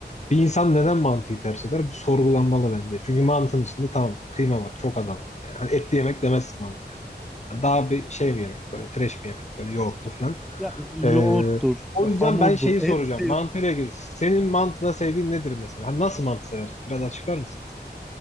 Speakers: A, on the left; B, in the centre.
A: Bir insan neden mantıyı tercih eder? Bu sorgulanmalı bence. Çünkü mantının içinde tamam kıyma var, çok az ama. Yani hani etli yemek demezsin mantı. Daha bir şey bir yemek, böyle fresh bir yemek, böyle yoğurtlu falan.
B: Ya
A: E,
B: yoğurttur,
A: o yüzden
B: hamurdur,
A: ben şeyi
B: ettir.
A: soracağım. Mantıyla ilgili. Senin mantıda sevdiğin nedir mesela? Hani nasıl mantı seversin? Biraz açıklar mısın?